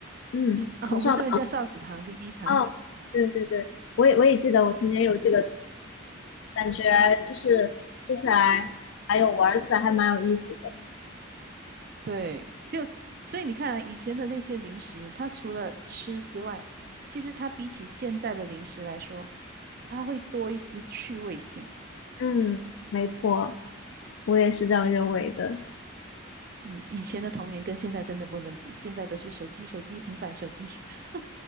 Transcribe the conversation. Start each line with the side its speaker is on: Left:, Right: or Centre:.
Left: 嗯，
Right: 啊，
Left: 口哨。
Right: 我们这边叫哨子糖、BB 糖。
Left: 哦，对对对，我也我也记得我童年有这个感觉，就是吃起来还有玩儿起来还蛮有意思的。
Right: 对，就所以你看啊，以前的那些零食，它除了吃之外，其实它比起现在的零食来说，它会多一丝趣味性。
Left: 嗯，没错，我也是这样认为的。
Right: 嗯，以前的童年跟现在真的不能比，现在都是手机、手机、平板、手机。<laughs>